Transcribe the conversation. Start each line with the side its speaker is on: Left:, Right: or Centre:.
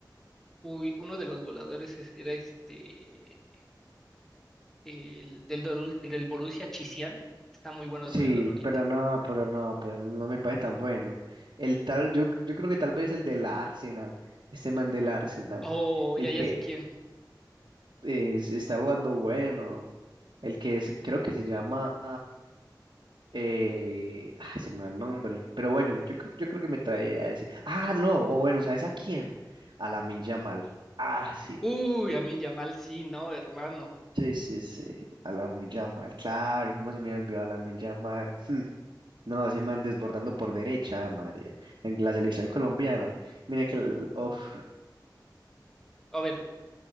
Centre: Uy, uno de los goleadores es- era este, el del, Doru- el del Borussia Chizian. Está muy bueno el
Right: Sí,
Centre: goleador ahorita.
Right: pero no, pero no, pero no, no me parece tan bueno. El tal, yo, yo creo que tal vez el del Arsenal, este man del Arsenal,
Centre: Oh,
Right: el
Centre: ya, ya
Right: que
Centre: sé quién.
Right: eh, es está jugando bueno, el que es- creo que se llama, eh, ah, se me va el nombre, pero bueno, yo, cre- yo creo que me traía a ese. Ah, no, o bueno, ¿sabes a quién? A Lamine Yamal. Ah, sí.
Centre: Uy, Amin Yamal, sí, no, hermano.
Right: Sí, sí, sí, a la Yamal, claro, cómo se me olvidó a la Yamal. No, ese man desbordando por derecha, María, en la selección colombiana. Mira que, el- uf,
Centre: A ver,